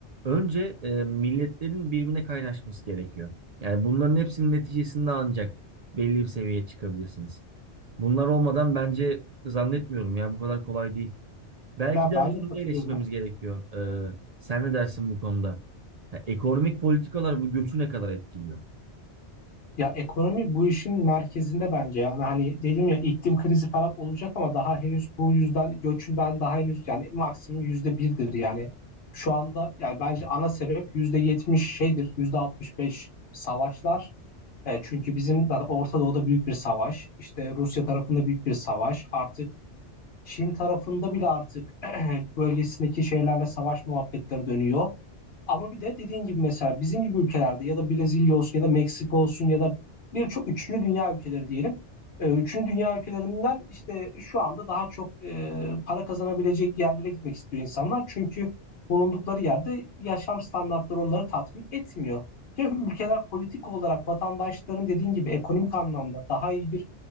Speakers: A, on the right; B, on the left.
A: önce e, milletlerin birbirine kaynaşması gerekiyor. Yani bunların hepsinin neticesinde ancak belli bir seviyeye çıkabilirsiniz. Bunlar olmadan bence zannetmiyorum ya bu kadar kolay değil. Belki
B: Ya
A: de
B: ben
A: hani
B: de
A: şunu
B: katılıyorum.
A: da eleştirmemiz gerekiyor. E, sen ne dersin bu konuda? Ya ekonomik politikalar bu göçü ne kadar etkiliyor?
B: Ya ekonomi bu işin merkezinde bence yani hani dedim ya iklim krizi falan olacak ama daha henüz bu yüzden göçün ben daha henüz yani maksimum yüzde birdir yani şu anda yani bence ana sebep yüzde yetmiş şeydir yüzde altmış beş savaşlar E, çünkü bizim zaten Orta Doğu'da büyük bir savaş işte Rusya tarafında büyük bir savaş artık Çin tarafında bile artık <clears throat> bölgesindeki şeylerle savaş muhabbetleri dönüyor. Ama bir de dediğin gibi mesela bizim gibi ülkelerde ya da Brezilya olsun ya da Meksika olsun ya da birçok üçüncü dünya ülkeleri diyelim. Ee, Üçüncü dünya ülkelerinden işte şu anda daha çok e, para kazanabilecek yerlere gitmek istiyor insanlar. Çünkü bulundukları yerde yaşam standartları onları tatmin etmiyor. Ya ülkeler politik olarak vatandaşların dediğin gibi ekonomik anlamda daha iyi bir